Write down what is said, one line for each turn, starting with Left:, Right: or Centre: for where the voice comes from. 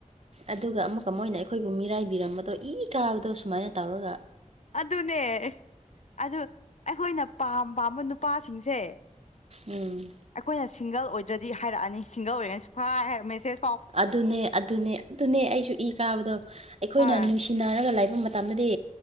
Right: ꯑꯗꯨꯒ ꯑꯃꯨꯛꯀ ꯃꫭꯏꯅ ꯑꯩꯈꯣꯏꯕꯨ ꯃꯤꯔꯥꯏꯕꯤꯔꯝꯕꯗꯣ ꯏ ꯀꯥꯕꯗꯣ ꯁꯨꯃꯥꯏꯅ ꯇꯧꯔꯒ
Left: ꯑꯗꯨꯅꯦ ꯑꯗꯨ ꯑꯩꯈꯣꯏꯅ ꯄꯥꯝ ꯄꯥꯝꯕ ꯅꯨꯄꯥꯁꯤꯡꯁꯦ
Right: ꯎꯝ
Left: ꯑꯈꯣꯏꯅ ꯁꯤꯡꯒꯜ ꯑꯣꯏꯗ꯭ꯔꯗꯤ ꯍꯥꯏꯔꯛꯑꯅꯤ ꯁꯤꯡꯒꯜ ꯑꯣꯏꯔꯦꯅ ꯁꯨꯛꯍꯥꯏ ꯍꯥꯏꯔ ꯃꯦꯁꯦꯁ
Right: ꯑꯗꯨꯅꯦ ꯑꯗꯨꯅꯦ ꯑꯗꯨꯅꯦ ꯑꯩꯁꯨ ꯏ ꯀꯥꯕꯗꯣ ꯑꯩꯈꯣꯏꯅ
Left: ꯍꯣꯏ
Right: ꯅꯨꯁꯤ ꯏꯟꯅꯥꯔꯒ ꯂꯩꯕ ꯃꯇꯝꯗꯗꯤ